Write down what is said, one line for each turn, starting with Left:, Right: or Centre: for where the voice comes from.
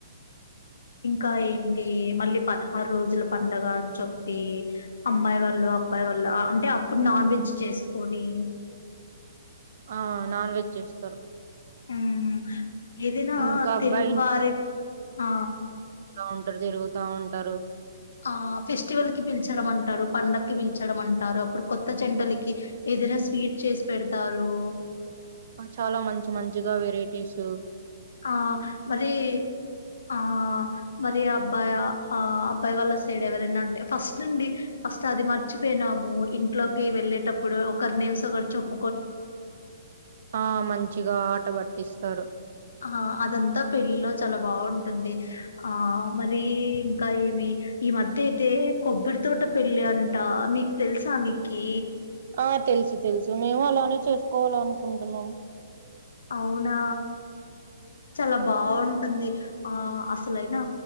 Left: ఇంకా ఏంటి మళ్ళీ పదహారు రోజుల పండగ అని చెప్పి అమ్మాయి వాళ్ళు అబ్బాయి వాళ్ల అంటే అప్పుడు నాన్ వెజ్ చేసుకొని
Right: ఆ నాన్ వెజ్ చేస్తారు
Left: హ్మ్ ఏదైనా
Right: ఇంకా అబ్బాయి
Left: తెలుగు వారే ఆ
Right: త ఉంటారు తిరుగుతా ఉంటారు
Left: ఆ ఫెస్టివల్ కి పిలిచడం అంటారు పండక్కిి పిలిచడం అంటారు అప్పుడు కొత్త జంటలకి ఏదైనా స్వీట్ చేసి పెడతారు
Right: చాలా మంచి మంచిగా వెరైటీసు
Left: ఆ మరి ఆ మరి అబ్బాయి ఆ అబ్బాయి వాళ్ళ సైడ్ ఎవరైనా అంటే ఫస్ట్ నుండి ఫస్ట్ అది మర్చిపోయినాము ఇంట్లోకి వెళ్ళేటప్పుడు ఒకరి నేమ్స్ ఒకరు చెప్
Right: ఆ మంచిగా ఆటబట్ ఇస్తారు
Left: ఆ అదంతా పెళ్లిలో చాలా బాగుంటుంది ఆ మరి ఇంకా ఏమి ఈ మధ్య అయితే కొబ్బరి తోట పెళ్లి అంట మీకు తెలుసా నిక్కి
Right: ఆ తెలుసు తెలుసు మేము అలానే చేసుకోవాల అనుకుంటున్నాం
Left: అవునా చాలా బాగుంట్ టుందిఆ అసలయినా